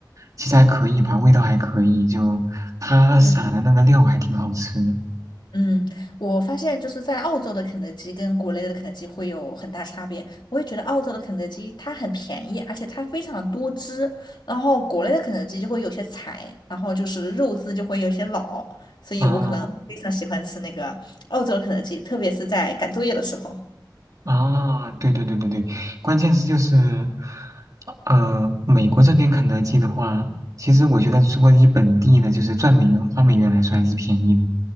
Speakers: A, on the right; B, on the left.
A: 其实还可以吧，味道还可以，就它撒的那个料还挺好吃的。
B: 嗯。嗯，我发现就是在澳洲的肯德基跟国内的肯德基会有很大差别。我也觉得澳洲的肯德基它很便宜，而且它非常多汁，然后国内的肯德基就会有些柴，然后就是肉质就会有些老，所以我可能非常喜欢吃那个澳洲的肯德基，
A: 哦。
B: 特别是在赶作业的时候。
A: 啊，对对对对对，关键是就是，呃，美国这边肯德基的话，其实我觉得如果你本地的，就是赚美元花美元来说还是便宜的，